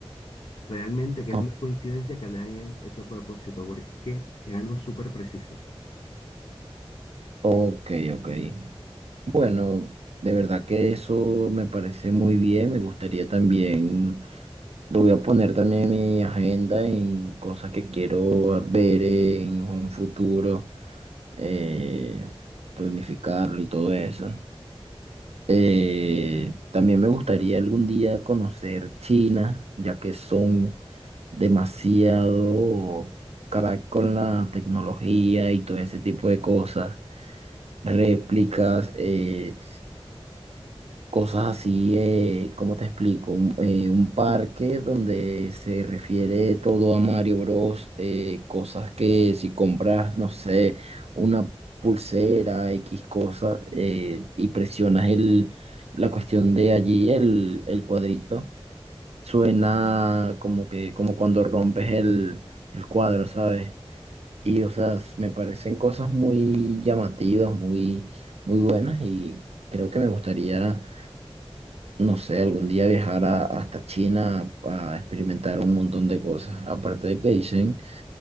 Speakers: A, on the left; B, on the right.
A: realmente que es
B: o-
A: una coincidencia que le hayan hecho a propósito, porque es que es algo súper preciso.
B: Ok, ok. Bueno, de verdad que eso me parece muy bien. Me gustaría también. Lo voy a poner también en mi agenda, en cosas que quiero ver en un futuro, eh, planificarlo y todo eso. Eh, también me gustaría algún día conocer China, ya que son demasiado crack con la tecnología y todo ese tipo de cosas, réplicas. eh, Cosas así, eh, ¿cómo te explico? Un, eh, un parque donde se refiere todo a Mario Bros. eh, cosas que si compras, no sé, una pulsera, X cosa, eh, y presionas el, la cuestión de allí, el, el cuadrito, suena como que, como cuando rompes el, el cuadro, ¿sabes? Y, o sea, s- me parecen cosas muy llamativas, muy, muy buenas y creo que me gustaría no sé, algún día viajar a- hasta China a, experimentar un montón de cosas. Aparte de que dicen